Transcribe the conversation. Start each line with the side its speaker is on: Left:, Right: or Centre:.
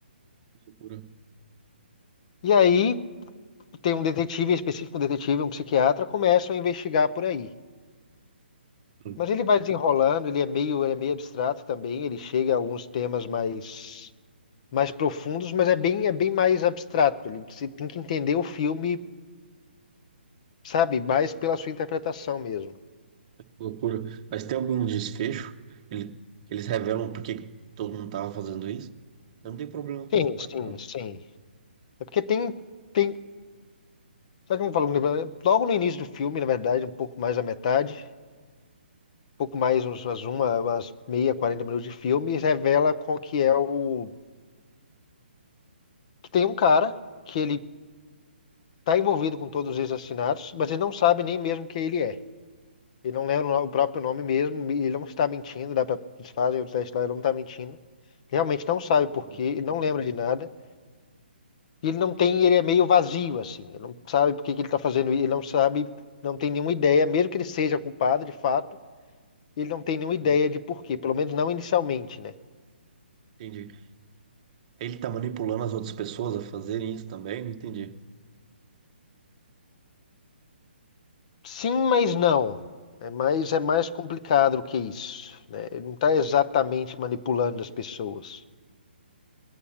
Right: Loucura.
Left: E aí tem um detetive em específico, um detetive, um psiquiatra, começam a investigar por aí.
Right: Hum, que
Left: Mas ele vai desenrolando, ele é meio, ele é meio abstrato também, ele chega a alguns temas mais, mais profundos, mas é bem, é bem mais abstrato. Ele, você tem que entender o filme, sabe, mais pela sua interpretação mesmo.
Right: Loucura. Mas tem algum desfecho? Ele- Eles revelam por que que todo mundo tava fazendo isso? Eu não tenho problema com
Left: Sim,
Right: spoiler,
Left: sim,
Right: não.
Left: sim. É porque tem, tem, sabe como eu falo, né, logo no início do filme, na verdade, um pouco mais da metade, um pouco mais, uns- umas uma, umas meia, 40 minutos de filme, revela qual que é o, que tem um cara que ele tá envolvido com todos esses assassinatos, mas ele não sabe nem mesmo quem ele é. Ele não lembra o no- o próprio nome mesmo, e ele não está mentindo, dá pra, eles fazem o teste lá, ele não tá mentindo. Realmente não sabe
Right: Que Loucura.
Left: por quê, ele não lembra de nada. E ele não tem, ele é meio vazio, assim. Ele não sabe por que que ele está fazendo isso, ele não sabe, não tem nenhuma ideia, mesmo que ele seja culpado de fato, ele não tem nenhuma ideia
Right: Hum,
Left: de porquê, pelo menos não inicialmente, né?
Right: Entendi. Ele tá manipulando as outras pessoas a fazerem isso também? Não entendi.
Left: Sim, mas não. É mais, é mais complicado do que isso, né? Ele não está exatamente manipulando as pessoas.